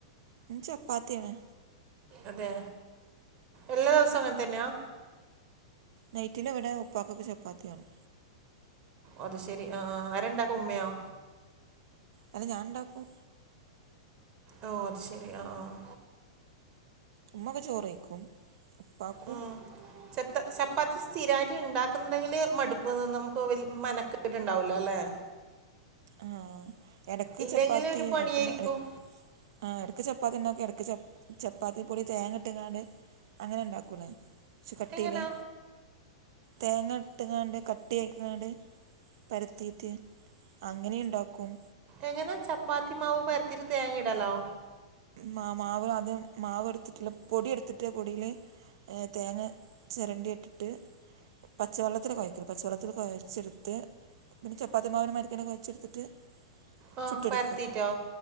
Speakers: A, on the right; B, on the right.
A: ചപ്പാത്തിയന്നെ
B: അതെ എല്ലാ ദിവസും അങ്ങൻ ത്തന്നെയാ
A: നൈറ്റില് ഇവിടെ ഉപ്പാക്കൊക്കെ ചപ്പാത്തിയാണം
B: അത് ശെരി അ ആഹ് ആരാണ്ടാക്ക ഉമ്മയോ
A: അല്ല ഞാൻ ഇണ്ടാക്കൂം
B: ഓ അത് ശരി അ ആഹ്
A: ഉമ്മക്കെ ചോറയ്ക്കും ഉപ്പാക്കും
B: ഉം ചത്ത ചപ്പാത്തി സ്ഥിരായിട്ട് ഇണ്ടാക്കുന്നെങ്കില് മടുപ്പ് നിന്ന് നമുക്ക്ല മനക്കേട് ഉണ്ടാവൂലലേ അല്ലേ
A: ആഹ് ഇടക്ക്
B: ഇല്ലെങ്കിൽ
A: ചപ്പാത്തി
B: ഒരു പണിയായിരിക്കും
A: എടക്കുമ്പട ആഹ് ഇടക്ക് ചപ്പാത്തി ഇണ്ടാക്കും എടക്ക് ചപ്പാത്തി പൊടി തേങ്ങ ഇട്ടിങ്ങാണ്ട് അങ്ങനെ ഇണ്ടാക്കൂലെ കൊർച് കട്ടില്
B: എങ്ങനാ
A: തേങ്ങ ഇട്ട്കാണ്ട് കട്ടി ആക്കിക്കാണ്ട് പരത്തീട്ട് അങ്ങനിണ്ടാക്കും
B: എങ്ങനെ ചപ്പാത്തി മാവ് പരത്തീട്ട് തേങ്ങ ഇടലോ
A: മാ മാവ് അത് മാവ് എടുത്തിട്ട് പൊടി എടുത്തിട്ട് പൊടില് അ തേങ്ങ ചിരണ്ടിയിട്ട് പച്ചവെള്ളത്തിൽ കൊഴക്ക പച്ചവെള്ളത്തിൽ കൊഴച്ചിട്ത്ത് പിന്നെ ചപ്പാത്തിമാവതിന് മതിര്ക്കന്നെ കൊയച്ചെടുത്തിട്ട്
B: ആ
A: ചുട്ടെടുക്ക
B: പരത്തിയിട്ടോ